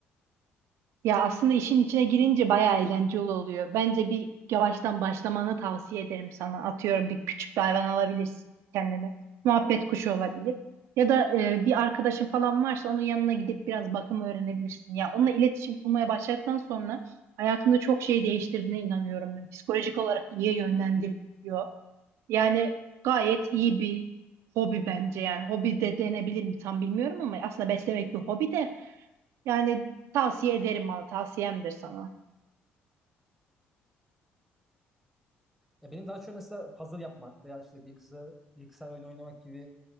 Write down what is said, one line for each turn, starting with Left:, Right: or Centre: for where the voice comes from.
Right: Ya aslında işin içine girince bayağı eğlenceli oluyor. Bence bir yavaştan başlamanı tavsiye ederim sana. Atıyorum bir küçük bir hayvan alabilirsin kendine. Muhabbet kuşu olabilir. Ya da e, bir arkadaşın falan varsa onun yanına gidip biraz bakım öğrenebilirsin. Ya onunla iletişim kurmaya başladıktan sonra hayatında çok şey değiştirdiğine inanıyorum. ben. Psikolojik olarak iyiye yönlendiriyor. Yani gayet iyi bir hobi bence yani. Hobi de denebilir mi tam bilmiyorum ama aslında beslemek bir hobi de. Yani tavsiye ederim bana, tavsiyemdir sana.
Centre: Ya benim daha çok mesela puzzle yapmak veya işte bilgisayar, bilgisayar oyunu oynamak gibi